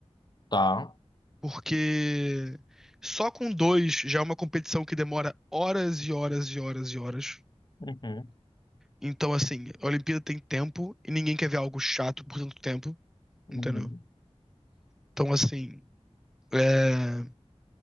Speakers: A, on the left; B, in the centre.
A: tá.
B: Porque só com dois já é uma competição que demora horas e horas e horas e horas.
A: Uhum,
B: Então, assim, a Olimpíada tem tempo e ninguém quer ver algo chato por tanto tempo,
A: uhum.
B: entendeu? Então, assim, é,